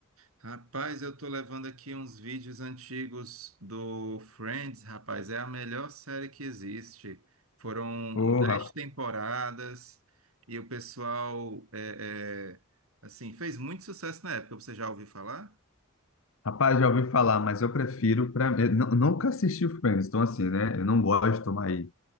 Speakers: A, on the right (about 80°); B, on the left (about 65°).
A: Rapaz, eu tô levando aqui uns vídeos antigos do Friends, rapaz. É a melhor série que existe. Foram
B: Ô,
A: dez
B: ra-
A: temporadas e o pessoal, é, é, assim, fez muito sucesso na época. Você já ouviu falar?
B: rapaz, já ouvi falar, mas eu prefiro para nunca assisti o Friends, então assim, né? Eu não gosto mais